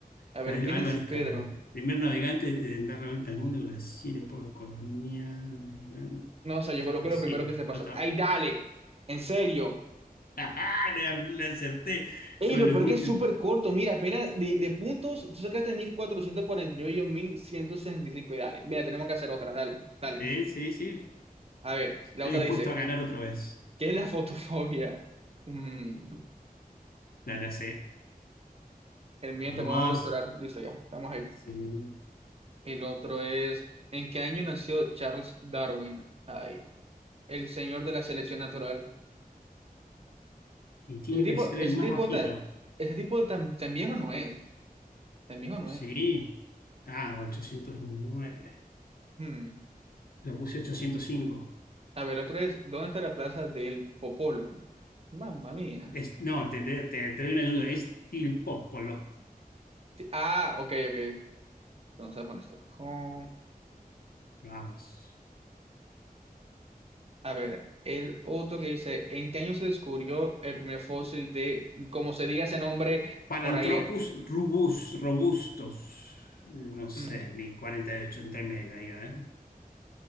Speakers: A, on the right; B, on the left.
A: A
B: Pedro
A: ver, ¿quién
B: Álvarez
A: es
B: Cabral,
A: Pedro?
B: primer navegante en dar la vuelta al mundo, Brasil, época colonial, navegante,
A: No o sea yo coloqué
B: Brasil.
A: lo primero que se pasó.
B: Ya está.
A: ¡Ay, dale! En serio.
B: <laughs> Le, ar- le acerté
A: Ey,
B: con
A: lo
B: los
A: peor
B: últimos.
A: que es súper corto. Mira, apenas de, de puntos, tú sacaste mil cuatrocientos cuarenta y nueve y yo 1165. Y cinco. Y dale, mira, tenemos que hacer otra. Dale, dale.
B: Eh, sí, sí,
A: A ver,
B: estoy
A: la otra
B: dispuesto
A: dice,
B: a ganar otra vez.
A: ¿qué es la fotofobia? Mm,
B: La la sé.
A: el miedo
B: Vamos.
A: y temor al solar. Listo, ya, estamos ahí.
B: Sí.
A: El otro es, ¿en qué año nació Charles Darwin? Ay, el señor de la selección natural.
B: Y tiene
A: Ese tipo,
B: que ser
A: ese
B: el más
A: tipo,
B: bajito.
A: ta- ese tipo tan, tan viejo no es. Tan viejo no
B: Sí.
A: es.
B: Ah, 809.
A: Hmm.
B: Lo puse 805.
A: A ver, el otro es, ¿dónde está la plaza del Popolo? Mamma mía.
B: Es, no, te, te, te- te doy una ayuda. Es Tilpópolo.
A: Sí, Ah, ok, ok. Entonces, bueno, Estocolmo.
B: Vamos.
A: A ver, el otro que dice, ¿en qué año se descubrió el primer fósil de, como se diga ese nombre,
B: Paranthropus
A: por ahí es?
B: rubus, robustos. No sé,
A: Mm.
B: mi 48 entre medio ahí, a ver.